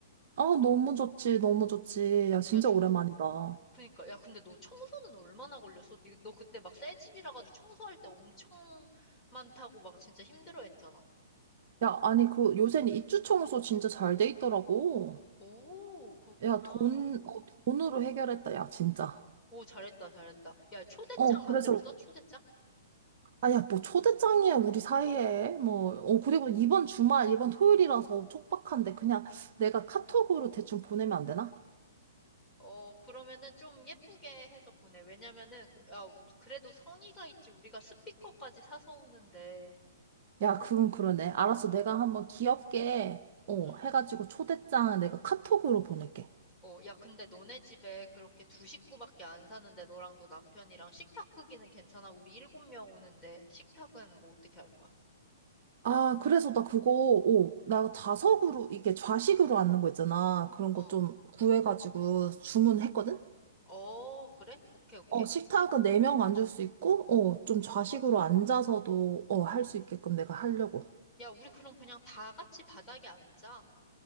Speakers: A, on the right; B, on the left.
A: 아, 너무 좋지, 너무 좋지. 야, 진짜
B: 야, 좋아.
A: 오랜만이다.
B: 그니까. 야, 근데 너 청소는 얼마나 걸렸어? 니- 너 그때 막 새 집이라 가지고 청소할 때 엄청 많다고 막 진짜 힘들어 했잖아.
A: 야, 아니, 그, 요새는 입주 청소 진짜 잘 돼 있더라고.
B: 오, 그렇구나.
A: 야, 돈, 어, 돈으로 해결했다, 야, 진짜.
B: 오, 잘했다, 잘했다. 야, 초대장
A: 어, 그래서,
B: 만들었어? 초대장?
A: 아, 야, 뭐, 초대장이야, 우리 사이에. 뭐, 어, 그리고 이번 주말, 이번 토요일이라서 촉박한데, 그냥 내가 카톡으로 대충 보내면 안 되나?
B: 어, 그러면은 좀 예쁘게 해서 보내. 왜냐면은, 그- 야, 그래도 성의가 있지. 우리가 스피커까지 사서 오는데.
A: 야, 그건 그러네. 알았어. 내가 한번 귀엽게, 어,
B: 음.
A: 해가지고 초대장 내가 카톡으로 보낼게.
B: 어, 야, 근데 너네 집에 그렇게 두 식구밖에 안 사는데 너랑 너 남편이랑 식탁 크기는 괜찮아? 우리 일곱 명 오는데 식탁은 뭐 어떻게 할 거야?
A: 아, 그래서 나 그거, 오, 나 좌석으로, 이게 좌식으로 앉는 거 있잖아. 그런
B: 어.
A: 거 좀 구해가지고 주문했거든?
B: 어, 그래? 오케이, 오케이.
A: 어, 식탁은 4명 앉을 수 있고, 어, 좀 좌식으로 앉아서도, 어, 할 수 있게끔 내가 하려고.
B: 야, 우리 그럼 그냥 다 같이 바닥에 앉자.